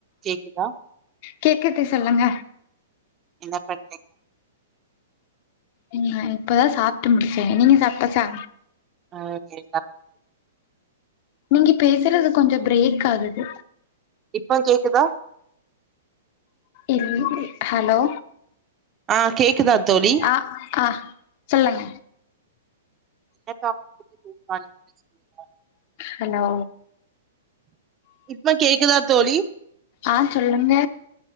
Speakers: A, on the right (about 20°); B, on the left (about 45°).
A: கேக்குதா
B: கேக்குது சொல்லுங்க
A: என்ன பண்
B: ம் நா இப்பதா சாப்பிட்டு முடிச்சே நீங்க சாப்ட்டாச்சா
A: ஆ ஓகே
B: நீங்க பேசுறது கொஞ்ச பிரேக் ஆகுது
A: இப்போ கேக்குதா
B: இல் ஹலோ
A: ஆ கேக்குதா தோழி
B: ஆ ஆ சொல்லுங்க
A: என்ன டாபிக் பத்தி பேசலா இன் ப்படி சொல்லுங்க
B: ஹலோ
A: இப்ப கேக்குதா தோழி
B: ஆ சொல்லுங்க